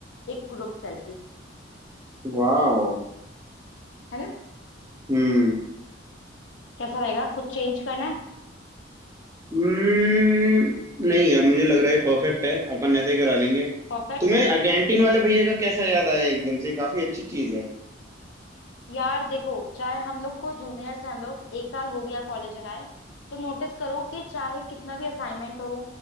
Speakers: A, on the left (about 80°); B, on the right (about 15°).
A: एक ग्रुप सेल्फी
B: वाओ
A: है ना
B: हम्म
A: कैसा रहेगा कुछ चेंज करना है
B: हम्म, नहीं यार मुझे लग रहा है ये परफेक्ट है अपन ऐसा ही करा लेंगे
A: परफेक्ट
B: तुम्हें
A: है
B: कैंटीन वाले भैया का कैसा याद आया एकदम से काफी अच्छी चीज है
A: यार देखो चाहे हम लोग को जूनियर से हम लोग एक साल हो गया कॉलेज आए तो नोटिस करो कि चाहे कितना भी असाइनमेंट हो